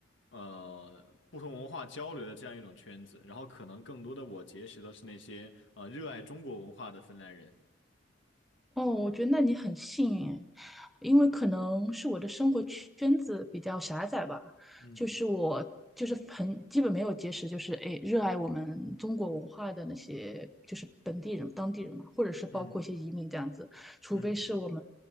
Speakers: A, on the left; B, in the centre.
A: 呃不同文化交流的这样一种圈子，然后可能更多的我结识的是那些呃热爱中国文化的芬兰人，
B: 哦，我觉得那你很幸运诶因为可能是我的生活圈子比较狭窄吧，
A: 嗯
B: 就是我就是很基本没有结识，就是诶热爱我们中国文化的那些就是本地人、当地人嘛，或者是包括一些移民这样子。
A: 嗯
B: 除非是我们
A: 嗯，